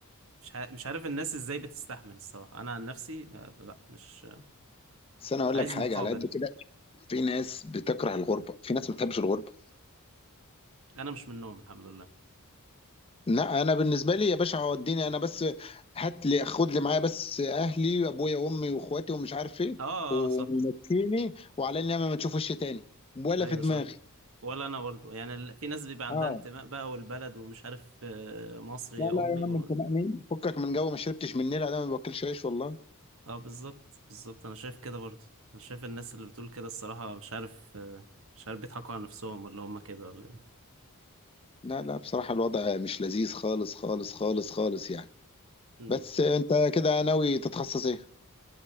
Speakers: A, on the right (about 65°); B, on the left (about 25°).
A: مش ح- مش عارف الناس ازاي بتستحمل الصراحة انا عن نفسي ما- لا مش
B: بس انا اقول
A: عايز
B: لك حاجة
A: مقابل
B: على قد كده في ناس بتكره الغربه في ناس ما بتحبش الغربه
A: انا مش منهم الحمد لله
B: لا انا بالنسبه لي يا باشا هوديني انا بس هات لي خد لي معايا بس اهلي وابويا وامي واخواتي ومش عارف ايه
A: اه اه
B: ومشيني
A: آه، صح
B: وعلى النعمه ما تشوفوش تاني ولا
A: ايوه
B: في دماغي
A: صح ولا انا برضه يعني ال- في ناس بيبقى عندها
B: اه
A: انتماء بقى والبلد ومش عارف آه، مصر يا
B: لا لا يا
A: امي
B: عم
A: و...
B: انت مأمين فكك من جو ما شربتش من النيل انا ما باكلش عيش والله
A: اه بالظبط بالظبط انا شايف كده برضه انا شايف الناس اللي بتقول كده الصراحة مش عارف آه، مش عارف بيضحكوا على نفسهم ولا هم كده ولا ايه
B: لا لا بصراحه الوضع مش لذيذ خالص خالص خالص خالص يعني
A: مم.
B: بس انت كده ناوي تتخصص ايه